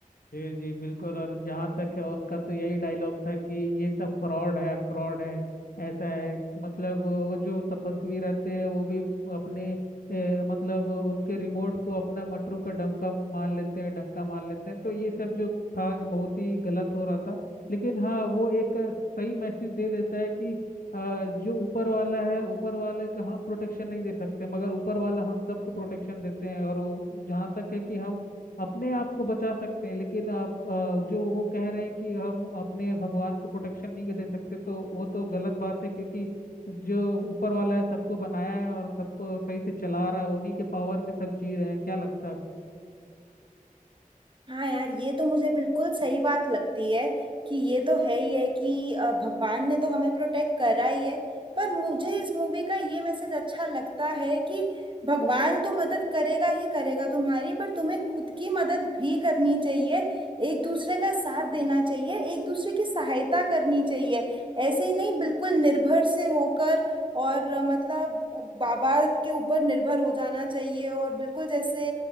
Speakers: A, on the left; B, on the right.
A: जी जी बिल्कुल और जहाँ तक है उनका तो यही डायलॉग था कि ये सब फ्रॉड है फ्रॉड है ऐसा है मतलब वो जो तपस्वी रहते हैं वो भी अपने ए, मतलब उनके रिमोट को अपना मटरू का डंका मान लेते हैं डंका मान लेते हैं तो ये सब जो था बहुत ही गलत हो रहा था लेकिन हाँ वो एक सही मैसेज दे देता है कि अ, जो ऊपर वाला है ऊपर वाले का हम प्रोटेक्शन नहीं दे सकते मगर ऊपर वाला हम सबको प्रोटेक्शन देते हैं और वो- जहाँ तक है कि हम अपने आप को बचा सकते हैं लेकिन आप अ, जो वो कह रहे हैं कि हम अपने भगवान को प्रोटेक्शन नहीं दे सकते तो वो तो गलत बात है क्योंकि जो ऊपर वाला है सबको बनाया है और सबको सही से चला रहा है उन्हीं के पावर में सब जी रहे हैं क्या लगता है आपको
B: हाँ यार ये तो मुझे बिल्कुल सही बात लगती है कि ये तो है ही है कि अ, भगवान ने तो हमें प्रोटेक्ट करा ही है पर मुझे इस मूवी का ये मैसेज अच्छा लगता है कि भगवान तो मदद करेगा ही करेगा तुम्हारी पर तुम्हें खुद की मदद भी करनी चाहिए एक दूसरे का साथ देना चाहिए एक दूसरे की सहायता करनी चाहिए ऐसे ही नहीं बिल्कुल निर्भर से होकर और अ, मतलब बाबा के ऊपर निर्भर हो जाना चाहिए और बिल्कुल जैसे